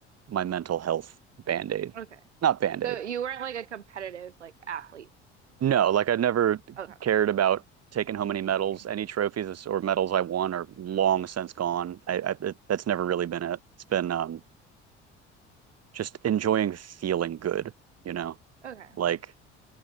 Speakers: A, on the right (about 45°); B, on the right (about 80°).
A: my mental health band-aid.
B: Okay.
A: Not band-aid.
B: So you weren't like a competitive like athlete
A: No,
B: for real.
A: like I've never
B: Okay.
A: cared about taking home any medals.
B: Competing.
A: Any trophies or medals I won are long since gone. I, I it, that's never really been it. It's been um just enjoying feeling good, you know.
B: Okay.
A: Like